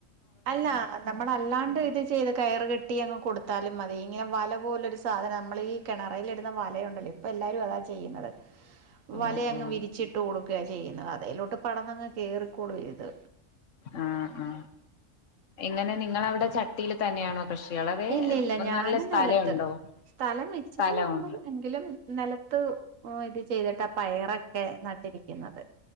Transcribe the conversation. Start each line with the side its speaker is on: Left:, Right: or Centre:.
Right: അല്ല നമ്മളല്ലാണ്ടെ ഇത് ചെയ്ത് കയറ് കെ ട്ടിയങ്ങ് കൊടുത്താലും മതി ഇങ്ങനെ വലപോലൊരു സാധനം നമ്മളീ കെണറേല് ഇടുന്ന വലയുണ്ടല്ലോ ഇപ്പൊ എല്ലാരും അതാ ചെയ്യുന്നത്
Left: ഓ
Right: വലയങ്ങ്
Left: ഓ
Right: വിരിച്ചിട്ട് ഓടും ക്കെ ചെയ്ന്നേ അതിലേട് പടന്ന് അങ്ങ് കോറി കോളത്
Left: ആ ആ എങ്ങനെ നിങ്ങളഅവിടെ ചട്ടിയിൽ തന്നെയാണോ കൃഷികള് അതെ
Right: ഇല്ല ഇല്ല ഞാനും
Left: നല്ല സ്ഥലമുണ്ടോ
Right: നിലത്ത് സ്ഥലം ഇച്ചിരി
Left: സ്ഥലമാണ്
Right: ഉള്ളു എങ്കിലും നിലത്ത് ഇത് ചെയ്ത് ടാ പയർ ഓകെ നടിരികുന്നത്